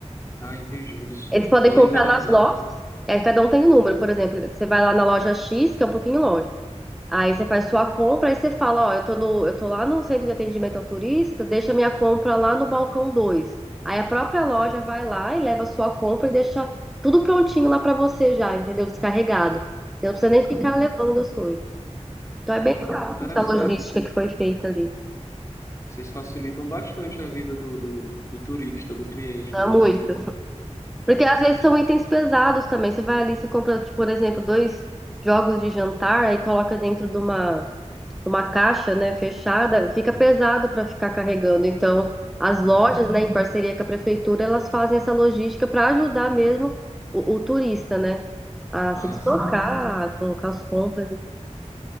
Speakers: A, on the left; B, in the centre.
A: Ah, entendi. Eles
B: Eles podem
A: podem
B: comprar
A: guardar,
B: nas lojas.
A: né?
B: É, cada um tem um número, por exemplo, você vai lá na loja X, que é um pouquinho longe. Aí você faz sua compra, aí você fala, ó, eu tô no, eu tô lá no centro de atendimento ao turista, deixa minha compra lá no balcão 2. Aí a própria loja vai lá e leva a sua compra e deixa tudo prontinho lá pra você já, entendeu? Descarregado. Você não precisa
A: Ah,
B: nem ficar
A: tá.
B: levando as coisas. Então
A: Ah,
B: é bem
A: muito
B: legal
A: interessante.
B: essa logística que foi feita ali.
A: Vocês facilitam bastante a vida do, do, do turista, do cliente
B: Não
A: de
B: é
A: vocês,
B: muito.
A: né?
B: Porque
A: Ah,
B: às vezes são itens pesados também. Você vai ali, você compra, tipo, por exemplo, dois jogos de jantar e coloca dentro de uma uma caixa, né, fechada, fica pesado para ficar carregando. Então, as
A: uhum.
B: lojas, né, em parceria com a prefeitura, elas fazem essa logística para ajudar mesmo o, o turista, né, a
A: Ah,
B: se deslocar,
A: sim.
B: a colocar as compras e tal.